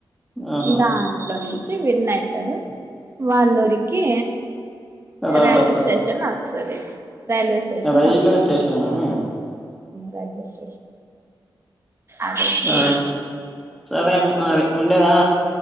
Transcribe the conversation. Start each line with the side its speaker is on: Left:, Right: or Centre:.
Centre: ఆహా
Right: దాంట్లో నుంచి విన్ అయితడు వాళ్ళురికి
Centre: రోడ్డు
Right: రైల్వే
Centre: వస్తది
Right: స్టేషన్ వస్తది రైల్వే స్టేషన్
Centre: రైల్వే
Right: వస్తది
Centre: స్టేషన్ అని
Right: రైల్వే స్టేషన్. అదే స్టోరీ
Centre: ఆ సరే అ ఉండేదా